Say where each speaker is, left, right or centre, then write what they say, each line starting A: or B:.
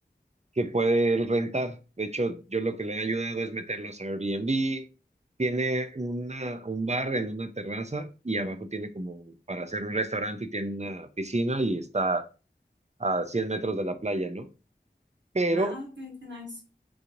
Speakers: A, on the right; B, on the right.
A: que puede él rentar. De hecho, yo lo que le he ayudado es meterlos a Airbnb. Tiene una, un bar en una terraza y abajo tiene como para hacer un restaurante y tiene una piscina y está a 100 metros de la playa, ¿no? Pero
B: Ah, ok, qué nice.